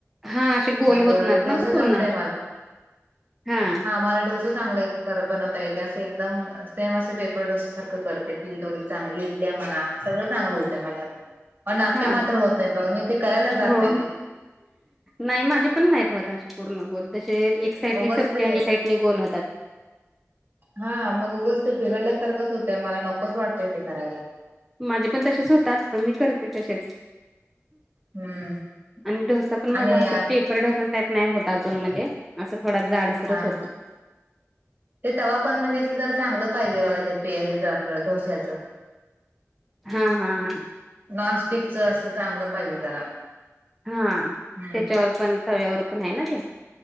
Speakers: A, in the centre; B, on the right.
A: हा असे गोल
B: मग
A: होत ना
B: डोसा
A: ना पूर्ण
B: जमतय
A: हा
B: आम डस चांगले बनवता य अस एकदम सेम असं पेपर डस सारख करते फीट वगैरे चांग इ आहे म्हणा सगळं चांगलं होते मझ्या -- पण आपे
A: हा
B: मात्र होत नाहीत बघा मी ते करायलाच जात
A: हो.
B: नाही ते.
A: नाही माझे पण नाहीत होते पूर्ण गोल तसे एक साइडने
B: उगच
A: चपते
B: ते
A: आणि एक साइडने गोल होतात.
B: हा मग उगंच ते बिघडल्यासारखंच होतं मला नकोच वाटतंय ते करायला.
A: माझे पण तसेच होतात पण मी करते तसेच.
B: हम्म
A: आणि डोसा पण माझा
B: आणि
A: असत पेपर डोसा सा. नाही होत अजून मध्ये असं थोडा जाडसरच
B: हा
A: होतं.
B: ते तवा पण म्हणजे सुधर चांगलं पाहिजे बाघा ते प हच आपलं डोस्याचं.
A: हा हा हा.
B: नॉनस्टिक च असं चांगलं पाहिजे जरा
A: हा
B: हम्म
A: त्याच्यावर पण तव्यावर पण आहे ना ते.